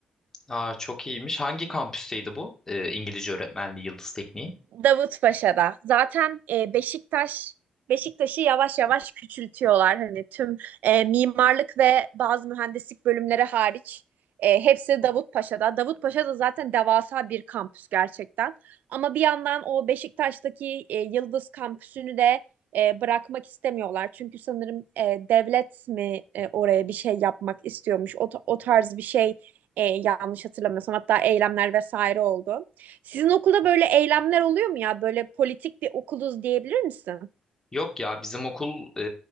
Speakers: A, on the left; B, on the right.
A: Aa, çok iyiymiş. Hangi kampüsteydi bu? Ee, İngilizce öğretmenliği Yıldız Tekniği.
B: Davutpaşa'da. Zaten e, Beşiktaş Beşiktaş'ı yavaş yavaş küçültüyorlar. Hani tüm e, mimarlık ve bazı mühendislik bölümleri hariç e, hepsi Davutpaşa'da. Davutpaşa da zaten devasa bir kampüs gerçekten. Ama bir yandan o Beşiktaş'taki e, Yıldız kampüsünü de e, bırakmak istemiyorlar. Çünkü sanırım e, devlet mi e, oraya bir şey yapmak istiyormuş. O, ta- o tarz bir şey e, yanlış hatırlamıyorsam. Hatta eylemler vesaire oldu. Sizin okulda böyle eylemler oluyor mu ya? Böyle politik bir okuluz diyebilir misin?
A: Yok ya bizim okul e,